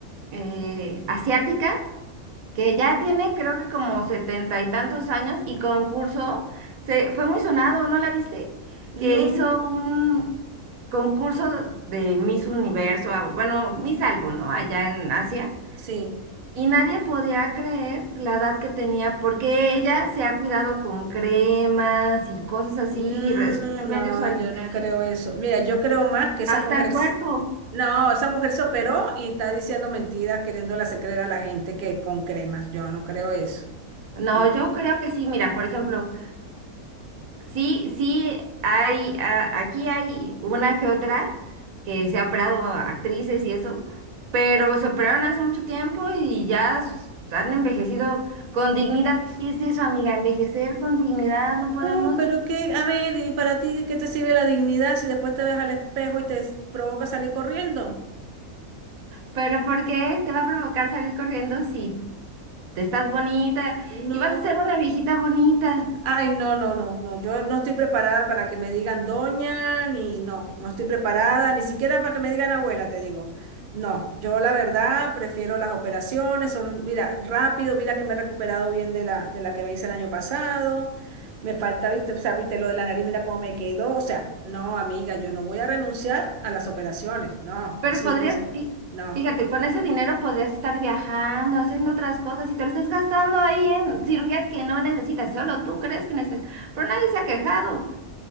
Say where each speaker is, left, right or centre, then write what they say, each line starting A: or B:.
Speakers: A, on the right; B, on the right.
A: eh, asiática. que ya tiene creo que como setenta y tantos años y concurso, se, fue muy sonado, ¿no la viste?
B: No.
A: Que hizo un concurso de Miss Universo, ah, bueno, Miss algo, ¿no? Allá en Asia.
B: Sí.
A: Y nadie podía creer la edad que tenía porque ella se ha cuidado con cremas y cosas así,
B: Mm,
A: y re- esos remedios
B: No,
A: orientales,
B: yo no creo eso. Mira, yo creo más que esa
A: hasta
B: mujer,
A: el
B: s-
A: cuerpo.
B: no, esa mujer se operó y está diciendo mentiras, queriéndole hacer creer a la gente que con cremas. Yo no creo eso.
A: No,
B: No.
A: yo creo que sí, mira, por ejemplo, Sí, sí, hay, a- aquí hay una que otra que se ha operado actrices y eso, pero se operaron hace mucho tiempo y ya s- han envejecido con dignidad. Y es eso, amiga, envejecer con dignidad no podemos,
B: No, pero que, a ver, ¿y para ti qué te sirve la dignidad si después te ves al espejo y te s- provoca salir corriendo?
A: pero ¿por qué te va a provocar salir corriendo si te estás bonita
B: No,
A: y vas a ser una viejita bonita?
B: Ay, no, no, no, no, yo no estoy preparada para que me digan doña, ni no, no estoy preparada, ni siquiera para que me digan abuela, te digo. No, yo la verdad prefiero las operaciones, son, mira, rápido, mira que me he recuperado bien de la, de la que me hice el año pasado, me falta, viste, o sea, viste lo de la nariz, mira cómo me quedó, o sea, no, amiga, yo no voy a renunciar a las operaciones, no,
A: Pero
B: y sí,
A: podrías,
B: y,
A: fí-
B: no.
A: fíjate, con ese dinero podrías estar viajando, haciendo otras cosas y te lo estás gastando ahí en cirugías que no necesitas, solo tú crees que necesitas. Pero nadie se ha quejado,